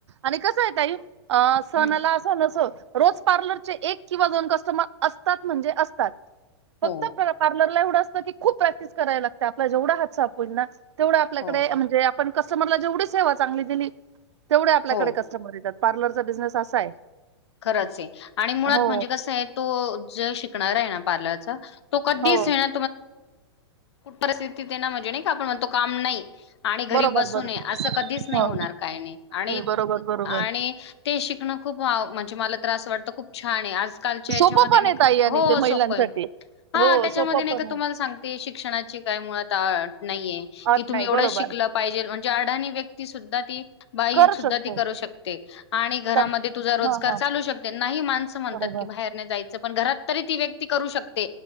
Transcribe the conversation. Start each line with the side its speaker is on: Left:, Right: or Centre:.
Right: आणि कसं आहे ते अ सणाला
Left: हम्म,
Right: सण असो रोज पार्लर चे एक किंवा दोन कस्टमर असतात म्हणजे असतात.
Left: हो
Right: फक्त पार्लर एवढं असतं की खूप प्रॅक्टिस करायला लागते आपला जेवढा हात साफ ना तेवढं आपल्याकडे
Left: हो
Right: म्हणजे आपण कस्टमर जेवढी सेवा चांगली दिली तेवढे आपल्याकडे
Left: हो
Right: कस्टमर येतात. पार्लरचा बिझनेस असा आहे.
Left: खरंच आहे. आणि मुळात
Right: हो
Left: म्हणजे कसं आहे. तो जे शिकणार आहे. ना पार्लरचा तो कधीचं
Right: हो
Left: येना कुठं परिस्थिती ते ना म्हणजे नाही का. आपण म्हणतो काम नाही. आणि घरी
Right: बरोबर
Left: बसू
Right: बरोबर
Left: नये, असं कधीच नाही
Right: हो
Left: होणार काय नाही
Right: बरोबर बरोबर
Left: आणि ते शिकणं खूप म्हणजे मला तर असं वाटतं खूप छान आहे आजकालच्या याच्यामध्ये
Right: सोपं पण
Left: नाही
Right: आहे ताई आणि
Left: हो
Right: ते महिलांसाठी
Left: सोपं आहे. हा
Right: हो
Left: त्याच्यामध्ये
Right: सोपं
Left: नाही
Right: पण
Left: का
Right: आहे
Left: तुम्हाला सांग ते शिक्षणाची काय मुळात नाहीये. कि
Right: अट
Left: तुम्ही
Right: नाही
Left: एवढं
Right: बरोबर
Left: शिकलं पाहिजे म्हणजे अडाणी व्यक्ती सुद्धा ती बाई
Right: करू
Left: सुद्धा
Right: शकते
Left: ती करू शकते. आणि घरामध्ये
Right: सब
Left: तुझा रोजगार
Right: हा हा
Left: चालू शकते नाही. माणसं म्हणतात
Right: बरोबर
Left: कि बाहेर नाही. जायचं पण घरात तरी ती व्यक्ती करू शकते. ते